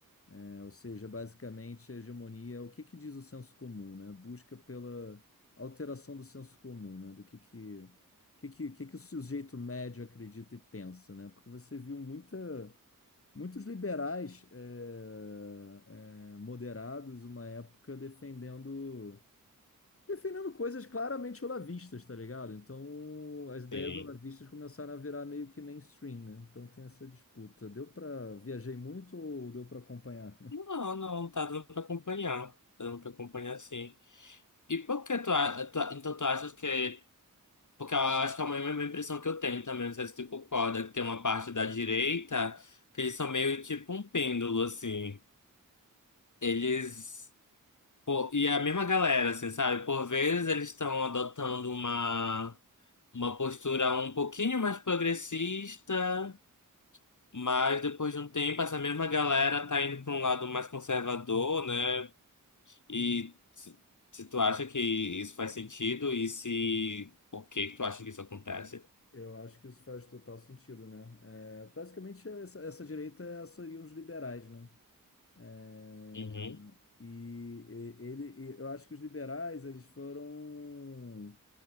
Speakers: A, on the left; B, on the left.
A: Né, Ou seja, basicamente, a hegemonia, o que que diz o senso comum, né? Busca pela alteração do senso comum, né? Do que que, o que que, que que o sujeito médio acredita e pensa, né? Porque você viu muita, muitos liberais eh, eh, moderados, uma época, defendendo defendendo coisas claramente olavistas, tá ligado? Então, as ideias
B: Sim.
A: olavistas começaram a virar meio que mainstream, né? Então tem essa disputa. Deu para viajei muito ou deu para acompanhar?
B: Não, não, tá dando pra acompanhar. Tá dando pra acompanhar, sim. E por que tu, a- tu a- então tu achas que. Porque eu acho que é a mesma impressão que eu tenho também, não sei se tu concorda, que tem uma parte da direita que eles são meio tipo um pêndulo, assim. Eles. pô, e é a mesma galera, assim, sabe? Por vezes eles estão adotando uma, uma postura um pouquinho mais progressista, mas depois de um tempo essa mesma galera tá indo pra um lado mais conservador, né? E se se tu acha que isso faz sentido e se por que que tu acha que isso acontece?
A: Eu acho que isso faz total sentido, né? É, basicamente, essa, essa direita é- seriam os liberais, né? É,
B: Uhum,
A: e, e- ele, e eu acho que os liberais, eles foram